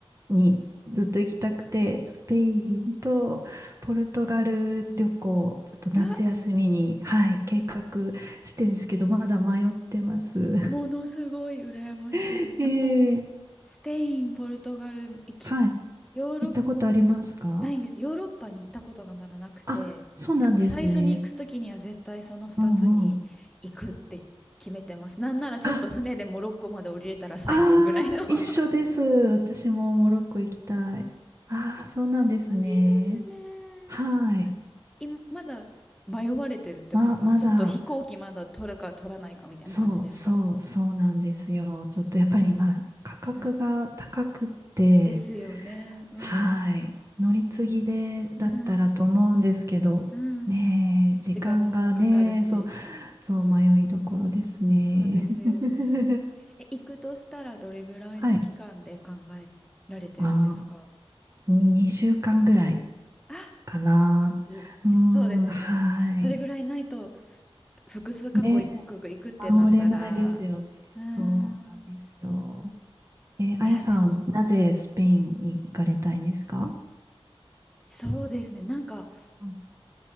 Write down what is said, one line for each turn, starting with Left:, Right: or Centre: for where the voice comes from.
Right: にずっと行きたくて、スペインとポルトガル旅行、ちょっと夏休みに、
Centre: うわ、
Right: はい、計画してるんですけど、まだ迷ってます。
Centre: ものすごい羨ましいです。
Right: <laughs> ええ
Centre: えもう、スペイン、ポルトガル行き、
Right: はい。
Centre: ヨーロッパ、
Right: 行ったことありますか
Centre: ないんです。ヨーロッパに行ったことがまだなくて、
Right: あ、そうなんですね。
Centre: でも最初に行くときには絶対その2つに行くって決めてます。
Right: うんうん。
Centre: なんならちょっと船でモロッコまで降りれたら最高ぐらいのう
Right: あ、ああ、
Centre: <laughs>
Right: 一緒です。
Centre: わ
Right: 私もモロッコ行きたい。ああ、そうなんですね。
Centre: ー、いいですね。
Right: はい。
Centre: い、まだ迷われてるってことは、
Right: ま、まだ、
Centre: ちょっと飛行機まだ取るか取らないかみたいな感じですか
Right: そうそうそうなんですよ。ちょっとやっぱり今、価格が高くって、
Centre: うんですよね。うん。
Right: はい。乗り継ぎでだったらと思うんですけど、
Centre: うん。うん。
Right: ねえ、時間がね、
Centre: 時間もかかるし。
Right: そう、そう迷いどころですね。
Centre: そうですよね。
Right: <laughs>
Centre: え、行くとしたらどれぐらいの期間で考えられてるんですか
Right: はい。まあー、に2週間ぐらい
Centre: あ、
Right: かな。
Centre: いいですね。
Right: うーん、
Centre: そうですよね。
Right: はい。
Centre: それぐらいないと、複数過去行く、
Right: ねえ、
Centre: 行くってなったら、
Right: 回れないですよね。
Centre: うーん。
Right: そうなんですよ。えーあやさん、
Centre: いや、でも、
Right: なぜスペインに行かれたいんですか
Centre: そうですね。なんか、
Right: うん